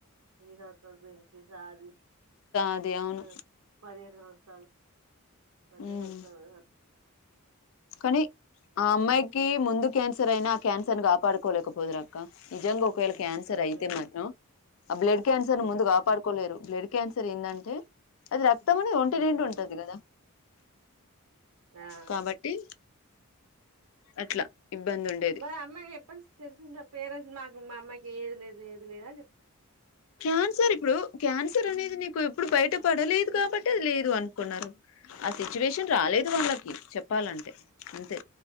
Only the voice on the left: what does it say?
అది అవును
ఉమ్
కానీ ఆ అమ్మాయికి ముందు క్యాన్సర్ అయినా క్యాన్సర్ ని కాపాడుకోలేకపోదు అక్క నిజంగా ఒకవేళ క్యాన్సర్
అయితే మాత్రం ఆ బ్లడ్ క్యాన్సర్
ముందు కాపాడుకోలేరు బ్లడ్ క్యాన్సర్ ఏంద అంటే అ తము ఒంట
నిండా ఉంటది కదా
కాబట్టి అట్లా ఇబ్బంది ఉండేది
క్యాన్సర్ ఇప్పుడు క్యాన్సర్ అనేది న ఎప్పుడు బయట పడలేదు కాబట్టి అది లేదు అనుకున్నారు ఆ సిచ్యువేషన్ రాలేదు వాళ్ళకి చెప్పాలంటే అంతే